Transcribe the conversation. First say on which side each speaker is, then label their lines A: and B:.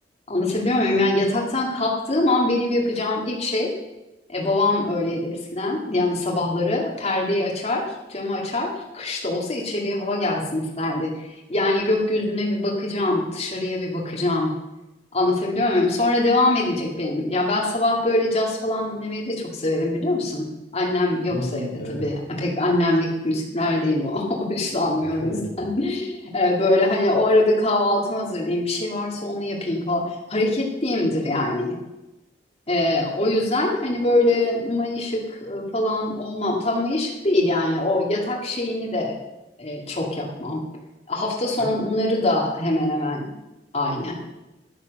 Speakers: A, on the left (about 35°); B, on the left (about 75°).
A: Anlatabiliyor muyum? Yani yataktan kalktığım an benim yapacağım ilk şey, e, babam öyleydi eskiden. Yani sabahları perdeyi açar, camı açar, kış da olsa içeriye hava gelsin isterdi. Yani gökyüzüne bir bakacağım, dışarıya bir bakacağım. Anlatabiliyor muyum? Sonra devam edecek benim. Ya ben sabah böyle caz falan dinlemeyi de çok severim biliyor musun? Annem yoksa
B: Hmm,
A: evde
B: evet.
A: tabii. Pek annemlik müzikler değil o. <laughs> Hoşlanmıyor
B: <laughs>
A: o yüzden. Ee, böyle hani o arada kahvaltımı hazırlayayım. Bir şey varsa onu yapayım falan. Hareketliyimdir yani. Ee, o yüzden hani böyle mayışık e, falan olmam. Tam mayışık değil yani. O yatak şeyini de e, çok yapmam. Hafta sonları
B: Acaba,
A: da hemen hemen aynı.